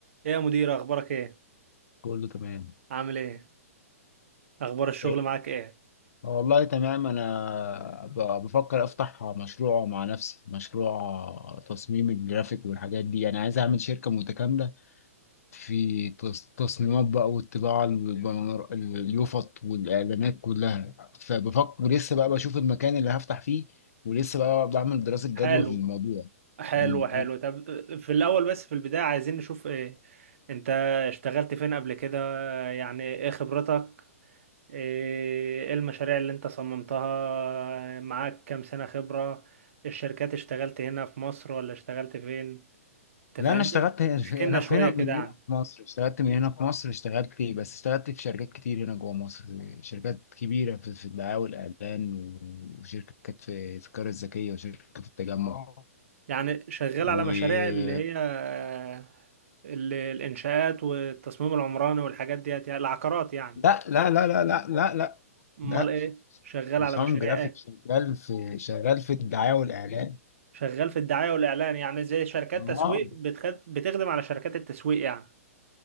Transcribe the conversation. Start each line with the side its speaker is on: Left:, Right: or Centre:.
Right: إيه يا مدير اخبارك ايه
Left: كله تمام
Right: عامل ايه اخبار الشغل
Left: ايه
Right: معاك ايه
Left: والله تمام انا ب- بفكر افتح مشروع مع نفسي مشروع تصميم الجرافيك والحاجات دي انا عايز اعمل شركة متكاملة في تص- تصميمات بقى والطباعة البنر- اليوفط والاعلانات كلها فبفكر لسه بقى بشوف المكان اللي هفتح فيه ولسه بقى بعمل دراسة جدوى
Right: حلو
Left: في الموضوع
Right: حلو
Left: مم.
Right: حلو طب في الاول بس في البداية عايزين نشوف ايه انت اشتغلت فين قبل كده يعني ايه خبرتك ايه إيه المشاريع اللي انت صممتها معاك كام سنة خبرة الشركات اشتغلت هنا في مصر ولا اشتغلت فين تفهمني
Left: لا انا اشتغلت هنا
Right: احكي
Left: في
Right: لنا
Left: انا
Right: شوية
Left: في هنا
Right: كده
Left: من
Right: عنك.
Left: هنا في مصر اشتغلت من هنا في مصر اشتغلت بس اشتغلت في شركات كتير هنا جوه مصر شركات كبيره في, في الدعايه والاعلان و- وشركات في في القريه الذكيه وشركه في التجمع اه
Right: يعني شغال
Left: و
Right: على مشاريع اللي هي آه، ال- الانشاءات والتصميم العمراني والحاجات ديت يعني العقارات يعني
Left: لا لا لا لا لا لا لا
Right: امال
Left: لا
Right: ايه شغال
Left: مصمم
Right: على مشاريع
Left: جرافيك
Right: ايه
Left: شغال في شغال في الدعايه والاعلان
Right: شغال في الدعايه والاعلان يعني زي شركات
Left: اه
Right: تسويق بتخد... بتخدم على شركات التسويق يعني